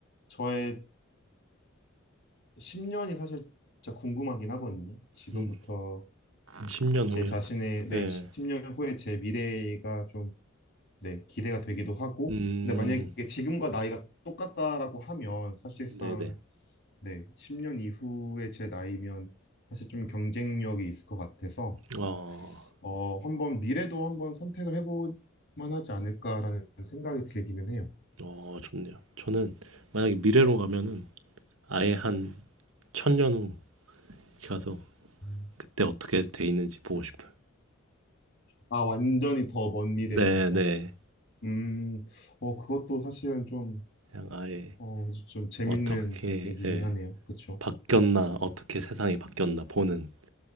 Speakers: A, on the left; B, on the right.
A: 저의 10년이 사실 진짜 궁금하긴 하거든요. 지금부터
B: 음, 10년
A: 제
B: 후요.
A: 자신의
B: 네.
A: 네, 10년 후에 제 미래가 좀 네, 기대가 되기도 하고
B: 음,
A: 근데 만약에 지금과 나이가 똑같다라고 하면 사실상
B: 네, 네.
A: 네, 10년 이후에 제 나이면 사실 좀 경쟁력이 있을 것 같아서
B: 어,
A: 어, 한번 미래도 한번 선택을 해볼 만하지 않을까라는 생각이 들기는 해요.
B: 어, 좋네요. 저는 만약에 미래로 가면은 아예 한 천년 후 가서
A: 음.
B: 그때 어떻게 돼 있는지 보고 싶어요.
A: 아, 완전히 더 먼 미래를
B: 네,
A: 가서.
B: 네.
A: 음, 어, 그것도 사실은 좀,
B: 그냥 아예
A: 어, 좀 재밌는
B: 어떻게,
A: 얘기긴
B: 예,
A: 하네요. 그쵸?
B: 바뀌었나, 어떻게 세상이 바뀌었나 보는